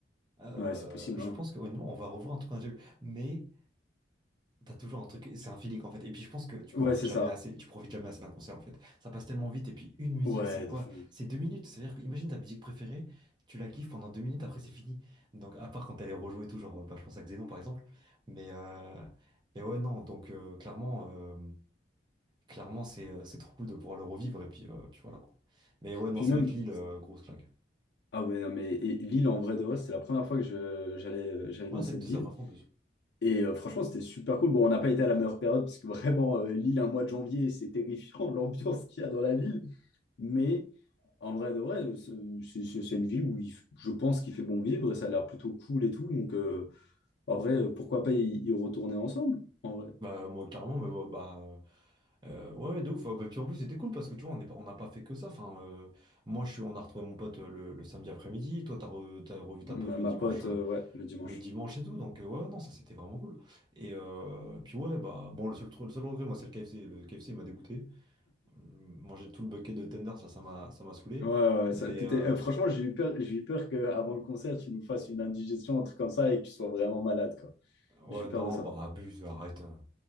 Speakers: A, on the right; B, on the left.
A: Euh,
B: Ouais, c'est possible,
A: je
B: hein.
A: pense que, honnêtement, on va revoir un truc qu'on a déjà vu. Mais T'as toujours un truc, c'est un feeling en fait. Et puis je pense que tu profites
B: Ouais, c'est
A: jamais
B: ça.
A: assez, tu profites jamais assez d'un concert en fait. Ça passe tellement vite. Et puis une musique,
B: Ouais,
A: c'est quoi?
B: de fou.
A: C'est deux minutes. C'est-à-dire que imagine ta musique préférée, tu la kiffes pendant deux minutes, après c'est fini. Donc à part quand elle est rejouée et tout, genre bah, je pense à Xénon par exemple. Mais, euh, mais ouais, non, donc euh, clairement, euh, clairement c'est euh, c'est trop cool de pouvoir le revivre. Et puis, euh, puis voilà quoi. Mais ouais, non,
B: Puis
A: c'est
B: même,
A: vrai que Lille, euh, grosse claque.
B: ah ouais, non, mais et Lille, en vrai de vrai, c'était la première fois que je, j'allais, euh, j'allais
A: Ouais,
B: dans
A: c'est
B: cette
A: vrai que
B: ville.
A: c'est vrai en plus.
B: Et euh, franchement, c'était super cool. Bon, on n'a pas été à la meilleure période, parce que vraiment, euh, Lille, un mois de janvier, c'est terrifiant <laughs> l'ambiance qu'il y a dans la ville. Mais en vrai de vrai, c'est c'est- c'est une ville où il f- je pense qu'il fait bon vivre et ça a l'air plutôt cool et tout. Donc, euh, en vrai, pourquoi pas y y retourner ensemble, en vrai.
A: Bah, moi, carrément, mais ouais, bah, euh, ouais, ouais, de ouf. Et puis en plus, c'était cool parce que tu vois, on n'est pas- on n'a pas fait que ça. Enfin, euh, moi, je suis, on a retrouvé mon pote euh, le, le samedi après-midi. Toi, t'as re- t'as revu ta pote
B: Ma,
A: le
B: ma
A: dimanche,
B: pote,
A: euh,
B: euh, ouais, le dimanche.
A: le dimanche et tout. Donc, euh, ouais, ouais, non, ça, c'était vraiment cool. Et euh, puis, ouais, bah, bon, le seul, tru- le seul regret, moi, c'est le KFC. Le KFC, il m'a dégoûté. Hum, Manger tout le bucket de tenders, là, ça m'a, ça m'a saoulé.
B: Ouais, ouais, ouais,
A: Mais,
B: ça- t'étais-
A: euh,
B: euh, franchement, j'ai eu peur, j'ai eu peur qu'avant le concert, tu nous fasses une indigestion, un truc comme ça, et que tu sois vraiment malade, quoi.
A: ouais,
B: J'ai eu
A: non,
B: peur de ça.
A: bah, abuse, arrête.